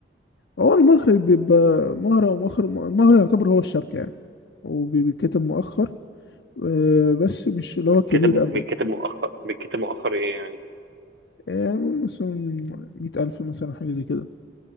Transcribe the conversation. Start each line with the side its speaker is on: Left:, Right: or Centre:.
Left: هو المهر بيبقى مهر أو مهر المهر يعتبر هو الشبكة يعني وبيتكتب مؤخر آه، بس مش اللي
Right: بتكتب
Left: هو كبير أوي
Right: بتكتب مؤخر بتكتب مؤخر ايه يعني
Left: يعني مثلا مية ألف مثلا حاجة زي كده